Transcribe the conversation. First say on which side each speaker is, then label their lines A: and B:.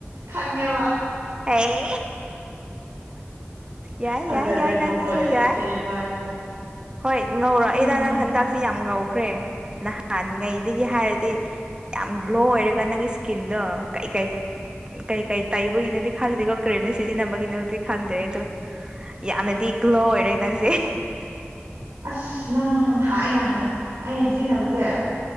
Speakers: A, on the right; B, on the right.
A: ꯈꯪꯉꯦꯕ
B: ꯑꯩ ꯌꯥꯏ
A: ꯊꯖꯗ꯭ꯔꯦ
B: ꯌꯥꯏ ꯌꯥꯏ
A: ꯅꯣꯛ
B: ꯅꯪꯒꯤꯁꯨ
A: ꯑꯥꯒ ꯂꯩꯔꯦ
B: ꯌꯥꯏ
A: ꯑꯁꯦꯡꯕ ꯍꯥꯏꯔꯒ
B: ꯍꯣꯏ ꯉꯧꯔꯣ
A: ꯑꯁꯦꯡꯕꯅꯦ
B: ꯏꯇꯥ ꯅꯪ ꯍꯟꯗꯛꯁꯤ ꯌꯥꯝ ꯉꯧꯈ꯭ꯔꯦ ꯅꯍꯥꯟꯉꯩꯗꯒꯤ ꯍꯥꯏꯔꯗꯤ ꯌꯥꯝ ꯒ꯭ꯂꯣ ꯑꯣꯏꯔꯒ ꯅꯪꯒꯤ ꯏꯁꯀꯤꯟꯗꯣ ꯀꯩ ꯀꯩ ꯀꯩ ꯀꯩ ꯇꯩꯕꯒꯤꯅꯣꯗꯤ ꯈꯪꯗꯦꯀꯣ ꯀ꯭ꯔꯤꯝ ꯁꯤꯖꯤꯟꯅꯕꯒꯤꯅꯣꯗꯤ ꯈꯪꯗꯦ ꯑꯗꯨ ꯌꯥꯝꯅꯗꯤ ꯒ꯭ꯂꯣ ꯑꯣꯏꯔꯦ ꯅꯪꯁꯦ
A: ꯑꯁ ꯅꯪ ꯊꯥꯏꯅ ꯍꯪ ꯑꯩꯅ ꯁꯤꯖꯤꯟꯅꯕꯁꯦ